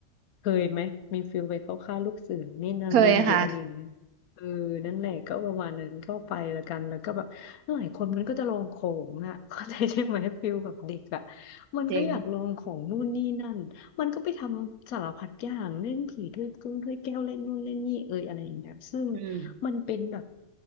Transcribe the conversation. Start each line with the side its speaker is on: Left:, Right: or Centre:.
Left: เคยไหมมีฟิลไปเข้าค่ายลูกเสือเนตรนารีหรืออะไรอย่างเงี้ยเออนั่นแหละก็ประมาณนั้นเข้าไปและกันแล้วก็แบบหลายคนมันก็จะลองของอ่ะ
Right: เคยค่ะ
Left: <laughs> เข้าใจใช่ไหมฟิลแบบเด็กอ่ะมันก็อยากลองของนู่นนี่นั่นมันก็ไปทำสารพัดอย่างเล่นผีถ้วยกึ้งถ้วยแก้วเล่นนู่นเล่นนี่เอยอะไรอย่างเงี้ยซึ่ง
Right: จริงอืม
Left: มันเป็นแบบ